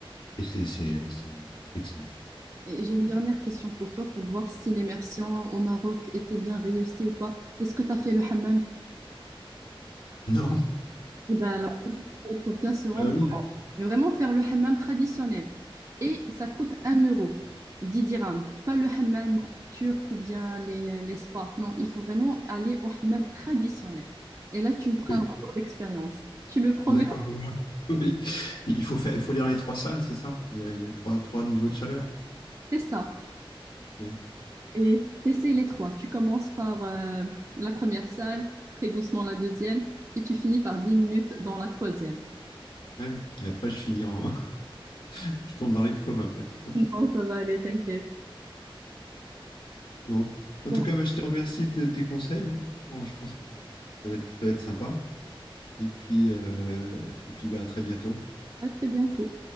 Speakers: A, on the left (about 60°); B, on the right (about 30°).
A: et c'est, c'est, c'est excellent. <laughs>
B: Et j'ai une dernière question pour toi pour voir si l'immersion au Maroc était bien réussie ou pas. Est-ce que tu as fait le hammam?
A: Non.
B: Eh ben, la prochaine fois, il faut bien se rendre,
A: Ah oui,
B: mais vraiment faire le hammam traditionnel. Et ça coûte un euro, 10 dirhams. Pas le hammam turc ou bien les, les spas. Non, il faut vraiment aller au hammam traditionnel. Et là, tu me feras
A: oui.
B: un retour d'expérience. Tu me promets,
A: D'accord. <laughs> Oui. Il faut faire, il faut lire les trois salles, c'est ça? Il y a, il y a trois, trois niveaux de chaleur, c'est ça?
B: c'est ça.
A: Yeah.
B: Et t'essayes les trois. Tu commences par euh, la première salle, très doucement la deuxième, et tu finis par 10 minutes dans la troisième.
A: Ouais. Et après, je finis en, <laughs> je tombe dans les pommes après, c'est ça?
B: Non, ça va aller, t'inquiète.
A: Bon. En
B: Bon,
A: tout cas, moi, je te remercie de tes conseils. Bon, Je pense qu'on va, ça va être, ça va être sympa. Et puis, euh, et puis, bah, à très bientôt.
B: à très bientôt.